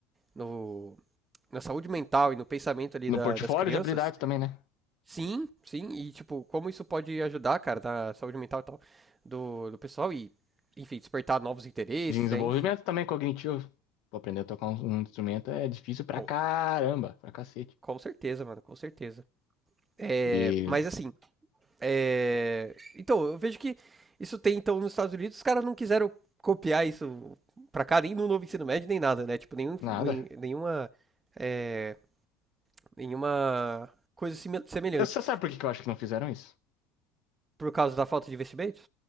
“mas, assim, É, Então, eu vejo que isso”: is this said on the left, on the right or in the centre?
Right